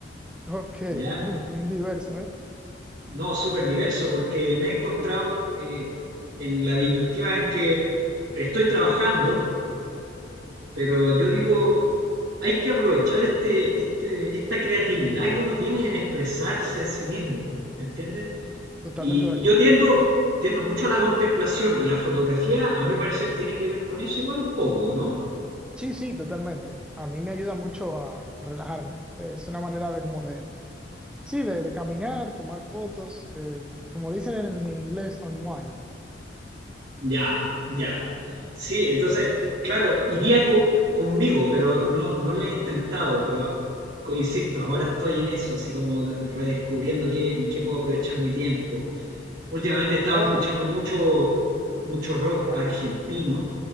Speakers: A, in the centre; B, on the right.
A: Ok,
B: ¿ya?
A: mm, bien diverso, ¿eh?
B: No, súper diverso, porque me he encontrado eh, en la disyuntiva en que estoy trabajando, pero yo digo, hay que aprovechar este, este, esta creatividad que uno tiene en expresarse a sí mismo, ¿me entiendes?
A: Totalmente
B: Y,
A: de
B: y
A: acuerdo.
B: yo tiendo, tiendo mucho a la contemplación y la fotografía, a mi parecer, tiene que ver con eso igual un poco, ¿no?
A: Sí, sí, totalmente. A mí me ayuda mucho a, a relajarme. Es una manera de como de, sí, de, de caminar, tomar fotos, eh, como dicen en, en inglés, unwind.
B: Ya, ya. Sí, entonces, claro, iría con- conmigo, pero no, no lo he intentado, pero co- insisto, ahora estoy en eso, así como de- redescubriendo qué, en qué puedo aprovechar mi tiempo. Últimamente
A: Yo,
B: he estado escuchando mucho, mucho rock
A: ah,
B: argentino